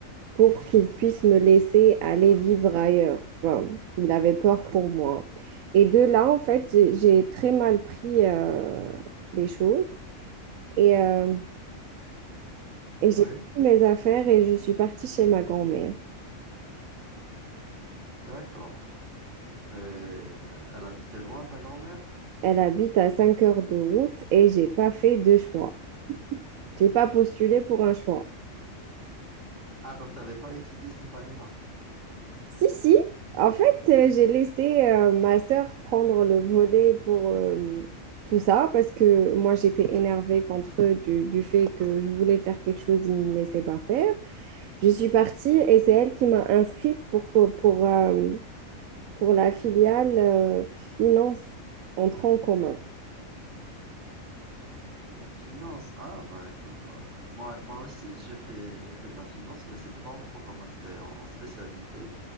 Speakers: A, on the right; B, on the right.
A: pour qu'il puisse me laisser aller vivre ailleurs, tu vois. Il avait peur pour moi. Et de là, en fait, j'ai j'ai très mal pris euh, les choses et, euh, et
B: Oui,
A: j'ai pris mes affaires et je suis partie chez ma grand-mère.
B: d'accord. Euh, elle habitait loin, ta grand-mère?
A: Elle habite à 5 heures de route et j'ai pas fait de choix. J'ai pas postulé pour un choix.
B: Ah, donc tu n'avais pas étudié cette année-là.
A: Si, si. En fait, euh, j'ai laissé euh, ma sœur prendre le volet pour euh, tout ça parce que moi, j'étais énervée contre eux du, du fait que je voulais faire quelque chose, ils ne me laissaient pas faire. Je suis partie et c'est elle qui m'a inscrite pour, pour, euh, pour la filiale euh, finance en tronc commun.
B: Euh, finance. Ah, bah écoute, euh, moi, moi aussi, j'ai fait, j'ai fait de la finance, mais c'était pas en tronc commun, c'était en spécialité.